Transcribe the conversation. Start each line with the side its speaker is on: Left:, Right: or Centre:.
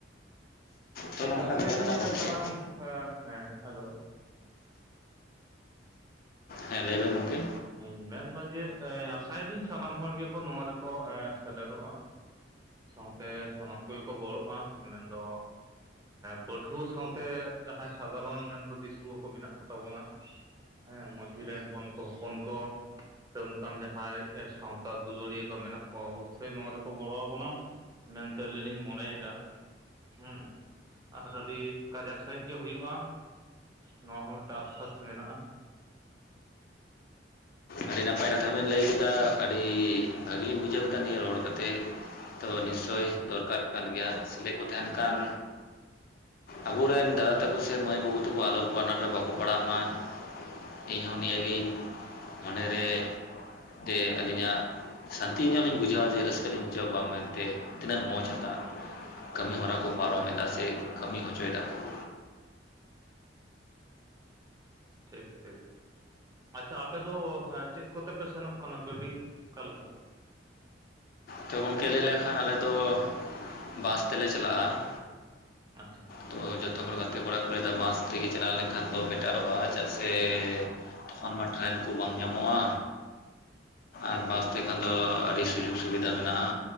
Left: ᱛᱚ
Right: ᱴᱷᱤᱠ
Left: ᱱᱚᱝᱠᱟ
Right: ᱟᱥᱟᱭᱤᱫᱟᱹᱧ
Left: ᱵᱮᱯᱟᱨ ᱠᱟᱱᱟ ᱜᱚᱢᱠᱮ
Right: ᱥᱟᱱᱟᱢ ᱦᱮᱸ ᱦᱮᱞᱳ ᱾
Left: ᱦᱮᱸ ᱞᱟᱹᱭ ᱵᱮᱱ ᱜᱚᱢᱠᱮ
Right: ᱦᱮᱸ ᱢᱮᱱᱫᱟ ᱡᱮ ᱟᱥᱟᱭᱮᱫᱟᱹᱧ ᱥᱟᱱᱟᱢ ᱦᱚᱲ ᱜᱮᱠᱚ ᱱᱚᱣᱟ ᱨᱮᱠᱚ ᱮ ᱥᱮᱞᱮᱫᱚᱜᱼᱟ ᱾ ᱥᱟᱶᱛᱮ ᱥᱟᱱᱟᱢ ᱠᱚᱜᱮ ᱠᱚ ᱜᱚᱲᱚᱜᱼᱟ ᱢᱮᱱᱫᱚ ᱯᱟᱹᱴᱷᱩᱣᱟᱹ ᱥᱟᱶᱛᱮ ᱡᱟᱦᱟᱸᱭ ᱥᱟᱫᱷᱟᱨᱚᱱ ᱢᱮᱱᱫᱚ ᱫᱤᱥᱩᱣᱟᱹ ᱠᱚ ᱢᱮᱱᱟᱜ ᱠᱚ ᱛᱟᱵᱚᱱᱟ᱾ ᱦᱮᱸ ᱢᱟᱹᱡᱷᱤ ᱨᱮᱱ ᱦᱚᱱᱠᱚ ᱦᱚᱯᱚᱱ ᱠᱚ ᱚᱱᱠᱟᱱ ᱡᱟᱦᱟᱸᱭ ᱥᱟᱶᱛᱟ ᱫᱩᱞᱟᱹᱲᱤᱭᱟᱹ ᱠᱚ ᱢᱮᱱᱟᱜ ᱠᱚᱣᱟ ᱚᱵᱚᱥᱥᱳᱭ ᱱᱚᱣᱟ ᱨᱮᱠᱚ ᱜᱚᱲᱚ ᱟᱵᱚᱱᱟ ᱾ ᱢᱮᱱᱛᱮ ᱟᱞᱤᱧ ᱞᱤᱧ ᱢᱚᱱᱮᱭᱮᱫᱟ ᱾ ᱦᱮᱸ ᱟᱨ ᱟᱹᱰᱤ ᱠᱟᱡᱟᱠ ᱥᱟᱹᱦᱤᱡ ᱜᱮ ᱦᱩᱭᱩᱜᱼᱟ᱾ ᱱᱚᱣᱟ ᱦᱚᱸ ᱢᱤᱫᱴᱟᱝ ᱟᱥᱥᱟᱥ ᱢᱮᱱᱟᱜᱼᱟ ᱾
Left: ᱟᱹᱰᱤ ᱱᱟᱯᱟᱭ ᱠᱟᱛᱷᱟ ᱵᱮᱱ ᱞᱟᱹᱭ ᱠᱮᱫᱟ ᱟᱹᱰᱤ ᱵᱷᱟᱹᱜᱤ ᱞᱤᱧ ᱵᱩᱡᱷᱟᱹᱣ ᱠᱮᱫᱟ ᱱᱤᱭᱟᱹ ᱨᱚᱲ ᱠᱟᱛᱮᱜ ᱾ ᱛᱚ ᱱᱤᱥᱪᱳᱭ ᱫᱚᱨᱠᱟᱨ ᱠᱟᱱ ᱜᱮᱭᱟ ᱥᱤᱞᱮ ᱠᱚ ᱛᱟᱦᱮᱱ ᱠᱷᱟᱱ ᱟᱵᱚ ᱨᱮᱱ ᱫᱟᱫᱟ ᱛᱟᱠᱚ ᱥᱮ ᱢᱟᱹᱭ ᱵᱟᱹᱵᱩ ᱛᱟᱠᱚ ᱟᱞᱚ ᱟᱱᱟᱴ ᱨᱮ ᱵᱟᱠᱚ ᱯᱟᱲᱟᱜ ᱢᱟ ᱾ ᱤᱧ ᱦᱚᱸ ᱱᱤᱭᱟᱹ ᱜᱤᱧ ᱢᱚᱱᱮ ᱨᱮ ᱡᱮ ᱟᱹᱞᱤᱧᱟᱜ ᱥᱟᱱᱛᱤ ᱧᱚᱜ ᱞᱤᱧ ᱵᱩᱡᱷᱟᱹᱣᱟ ᱡᱮ ᱨᱟᱹᱥᱠᱟᱹ ᱞᱤᱧ ᱵᱩᱡᱷᱟᱹᱣᱟ ᱵᱟᱝ ᱢᱮᱱᱛᱮ ᱛᱤᱱᱟᱹᱜ ᱢᱚᱸᱡᱽ ᱦᱟᱛᱟᱜᱼᱟ ᱾ ᱠᱟᱹᱢᱤ ᱦᱚᱸᱨᱟ ᱠᱚ ᱯᱟᱨᱚᱢ ᱮᱫᱟ ᱥᱮ ᱠᱟᱹᱢᱤ ᱦᱚᱪᱚᱭ ᱮᱫᱟ ᱠᱚ ᱾
Right: ᱴᱷᱤᱠ ᱴᱷᱤᱠ ᱾ ᱟᱪᱪᱷᱟ ᱟᱯᱮ ᱫᱚ ᱦᱮᱸ ᱪᱮᱫ ᱠᱚᱛᱮ ᱯᱮ ᱥᱮᱱᱚᱜ ᱠᱟᱱᱟ ᱜᱟᱹᱰᱤ ᱚᱠᱟ ᱞᱮᱠᱟ ᱾
Left: ᱛᱚ ᱜᱚᱢᱠᱮ ᱞᱟᱹᱭ ᱞᱮᱠᱷᱟᱱ ᱟᱞᱮ ᱫᱚ ᱵᱟᱥ ᱛᱮᱞᱮ ᱪᱟᱞᱟᱜᱼᱟ ᱾
Right: ᱟᱪᱪᱷᱟ
Left: ᱛᱚ ᱡᱚᱛᱚ ᱦᱚᱲ ᱜᱟᱛᱮ ᱠᱚᱲᱟ ᱠᱚ ᱞᱟᱹᱭ ᱮᱫᱟ ᱵᱟᱥ ᱛᱮᱜᱮ ᱪᱟᱞᱟᱣ ᱞᱮᱱ ᱠᱷᱟᱱ ᱫᱚ ᱵᱮᱴᱟᱨᱚᱜᱼᱟ ᱪᱮᱫᱟᱜ ᱥᱮ ᱛᱚᱠᱷᱚᱱ ᱢᱟ ᱴᱨᱮᱱ ᱠᱚ ᱵᱟᱝ ᱧᱟᱢᱚᱜᱼᱟ
Right: ᱦᱩᱸ
Left: ᱟᱨ
Right: ᱦᱩᱸ
Left: ᱵᱟᱥ ᱛᱮ ᱠᱷᱟᱱ
Right: ᱴᱷᱤᱠ
Left: ᱫᱚ ᱟᱹᱰᱤ ᱥᱩᱡᱳᱜ ᱥᱩ ᱵᱤᱫᱟ ᱢᱮᱱᱟᱜᱼᱟ